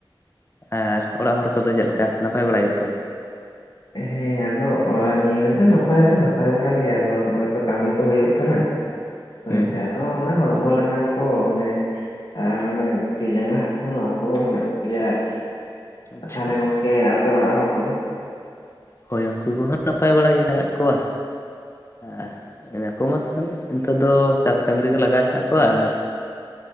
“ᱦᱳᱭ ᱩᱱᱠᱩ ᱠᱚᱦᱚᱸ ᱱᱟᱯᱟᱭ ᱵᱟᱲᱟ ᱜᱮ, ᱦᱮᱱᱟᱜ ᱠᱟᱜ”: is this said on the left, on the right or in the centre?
Left